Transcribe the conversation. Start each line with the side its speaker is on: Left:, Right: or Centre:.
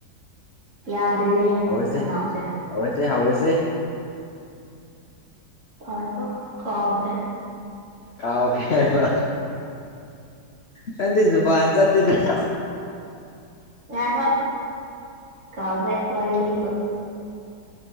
Right: ꯌꯥꯗ꯭ꯔꯦꯅꯦ
Left: ꯍꯧꯔꯁꯦ
Right: ꯈꯅꯥꯎꯁꯦ
Left: ꯍꯧꯔꯁꯦ ꯍꯧꯔꯁꯦ
Right: ꯉꯥꯏꯈꯣ ꯀꯥꯎꯈ꯭ꯔꯦ
Left: ꯀꯥꯎꯈ꯭ꯔꯦꯕ ꯅꯪꯗꯤ ꯖꯨꯕꯥꯥꯟ ꯆꯠꯇꯦꯗ <unintelligible>
Right: ꯉꯥꯢꯈꯣ ꯀꯥꯎꯈꯔꯦ ꯋꯥꯔꯤ ꯂꯤꯕ